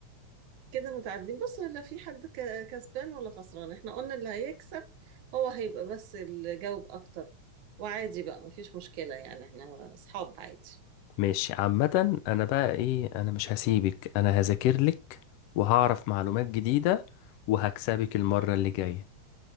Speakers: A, on the right; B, on the left.
A: كده متعادلين بص لا في حد ك- كسبان ولا خسران احنا قلنا اللي هيكسب هو هيبقى بس اللي جاوب اكتر وعادي بقى مفيش مشكلة يعني احنا اصحاب عادي
B: ماشي عامة أنا بقى إيه أنا مش هسيبك أنا هذاكر لك وهعرف معلومات جديدة وهكسبك المرة اللي جاية